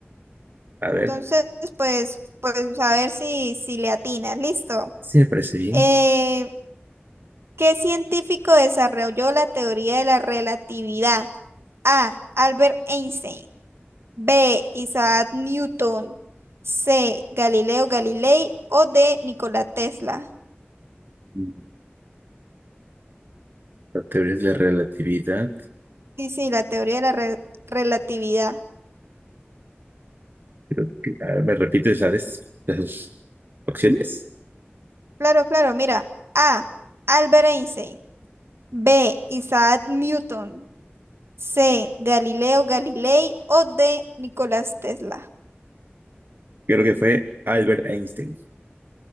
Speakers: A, on the right (about 55°); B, on the right (about 80°).
A: a ver,
B: Entonces, pues, pues a ver si, si le atinas. Listo.
A: sí me parece bien.
B: Eh, ¿qué científico desarrolló la teoría de la relatividad? A. Albert Einstein. B. Isaac Newton. C. Galileo Galilei. O D. Nikola Tesla.
A: Mm, La teoría de la relatividad,
B: Sí, sí, la teoría de la re- relatividad.
A: creo que, a ver, ¿me repites la de las opciones?
B: Claro, claro, mira. A. Albert Einstein. B. Isaac Newton. C. Galileo Galilei. O D. Nicolás Tesla.
A: Creo que fue Albert Einstein.